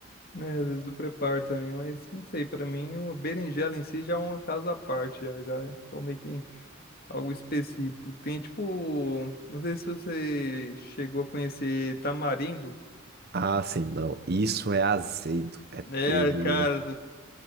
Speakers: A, on the left; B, on the right.
A: Né, às vezes eu preparo também, mas não sei, pra mim uma berinjela em si já é uma casa à parte, já, já é pô, meio que algo específico. Tem tipo, não sei se você chegou a conhecer tamarindo.
B: Ah, sim, não. Isso é azedo. É terrível.
A: né? É, cara,